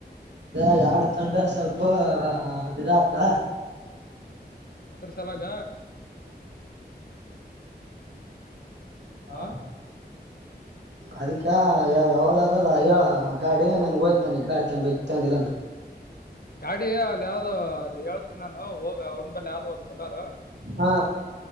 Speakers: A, on the right; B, on the left.
A: ಅ ಎಡ್ ತಂಡ ಸ್ವಲ್ಪ ಇದು ಆತ್ದ
B: ಅದ್ರ ಸಲಾಗ
A: ಹಾ
B: ಹ
A: ಅದಕ್ಕೆ ಯಾವ ಯಾವ್ದ್ ಹೇಳ ಗಾಡಿ ನನ್ ಹೋಯ್ತು ನಾನ ಈಗ ಗಾಡಿ ತ ಬೈಕ್ ತಗಂದಿಲ್ಲ ಅಂದ್ರ ಹ
B: ಗಾಡಿ ಅಲ್ಲಿ ಯಾವ್ದೋ ಅಲ್ಲಿ ಹೇಳ್ತೀನಿ ನಾನು ಹೋಗ ಅವ ನಿನ್ ಬಲ್ಲಿ ಯ ಅದ್ ಬುಲೇರೋ
A: ಹಾ